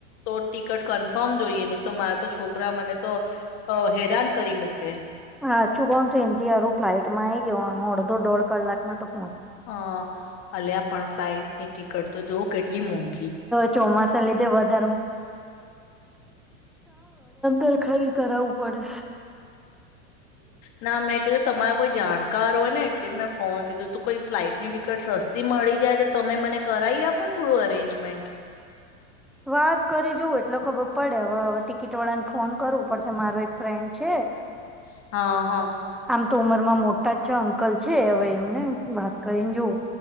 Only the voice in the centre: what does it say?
<unintelligible>
ਚੋਵਾਂ ਸੈਲੀ ਤੇ ਵਧ ਰ ਕੀ ਕਰਾ ਉਪਰ
ਵਾਤ ਕੋਰੀ ਜੋ ਵੇਟ ਲੋ ਖਬਰ ਪੜਿਆ ਕਿ ਚੋਣ ਕਰ ਉਪਰ ਸੇ ਮਾਰੋ ਇੱਕ ਫਰੈਂਚ
<unintelligible> ਉਮਰ ਮੈਂ ਮੋਟਾ ਅੰਕਲ <unintelligible> ਉਸ ਨੂੰ ਬਾਤ ਕਰੇ ਜੋ